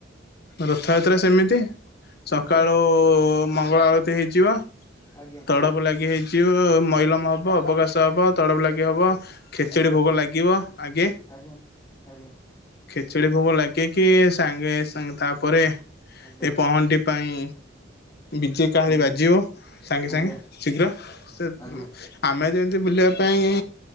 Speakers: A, on the left; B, on the left.
A: ରଥଯାତ୍ରା ସେମିତି। ସକାଳୁ
B: ଆଜ୍ଞା
A: ମଙ୍ଗଳା ଆଳତି ହେଇଯିବ।
B: ଆଜ୍ଞା
A: ତଡ଼ବ ଲାଗି ହେଇଯିବ, ମଇଲମ ହବ, ଅବକାଶ ହବ, ତଡବ ଲାଗି ହବ। ଖେଚୁଡି
B: ଆଜ୍ଞା
A: ଭୋଗ ଲାଗିବ ଆଗେ।
B: ଆଜ୍ଞା ଆଜ୍ଞା
A: ଖେଚୁଡି ଭୋଗ ଲାଗିକି ସାଙ୍ଗେ, ସାଙ୍ଗେ ତାପରେ,
B: ଆଜ୍ଞା
A: ଏ ପହଣ୍ଡି ପାଇଁ, ବିଜେ କାହାରି
B: ଆଜ୍ଞା
A: ବାଜିବ। ସାଙ୍ଗେ,
B: ଆଜ୍ଞା
A: ସାଙ୍ଗେ ଶୀଘ୍ର। ସେ,
B: ଆଜ୍ଞା
A: ଆମେ ଯେମିତି ବୁଲିବା ପାଇଁଁ,